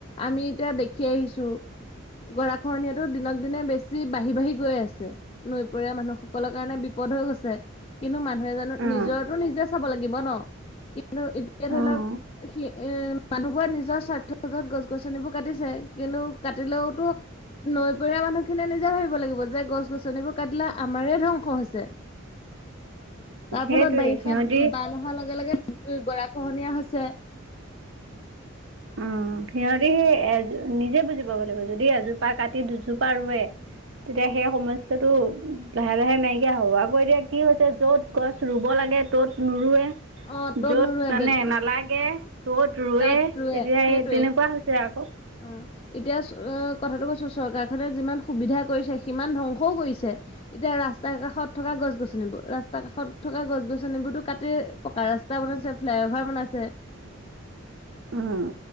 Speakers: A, on the left; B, on the right.
A: আমি এতিয়া দেখি আহিছো গৰাখনিয়াতটো দিনক দিনে বেছি বাঢ়ি বাঢ়ি গৈ আছে। দুপৰীয়া মানুহসকলৰ কাৰণে বিপদ হৈ গৈছে কিন্তু মানুহ এ জানো,
B: অঁ
A: নিজৰৰতো নিজে চাব লাগিব ন কিন্তু এতিয়া ধৰি
B: অঁ
A: লওক সি এ মানুহবোৰে নিজৰ স্বাৰ্থত গছ গছনিবোৰ কাটিছে কিন্তু কাটিলেওতো নৈপৰীয়া মানুহ খিনিয়ে নিজে ভাবিব লাগিব যে গছ গছনিবোৰ কাটিলে আমাৰে ধ্বংস হৈছে।
B: সেইটোৱে
A: তাৰ ফলত বাৰিষা
B: সিহঁতি
A: বান অহাৰ লগে লগে উ গৰা খহনীয়া হৈছে।
B: উম সিহঁতি সেই এজ নিজে বুজি পাৱ লাগিব, যদি এজোপা কাটি দুজোপা ৰোৱে। তেতিয়া সেই সমস্যাটো লাহে লাহে নাইকিয়া হব। আকৌ এতিয়া কি হৈছে যত গছ ৰুব লাগে লাগে ত'ত নোৰৱে
A: অ' ত'ত
B: য'ত
A: নোৰুৱে
B: মানে
A: বেল
B: নালাগে ত'ত ৰৱে।
A: তাত ৰুৱে
B: এতিয়া
A: সেইটোৱেই।
B: এই তেনেকুৱা হৈছে আকৌ
A: অ' এতিয়া কথাটো কৈছো চৰকাৰখনে যিমান সুবিধা কৰিছে সিমান ধ্বংসও কৰিছে। এতিয়া ৰাস্তা কাষত থকা গছ গছনিবোৰ, ৰাস্তা কাষত থকা গছ গছনিবোৰতো কাটিয়ে পকা ৰাস্তা বনাইছে, ফ্লাই অভাৰ বনাইছে
B: উম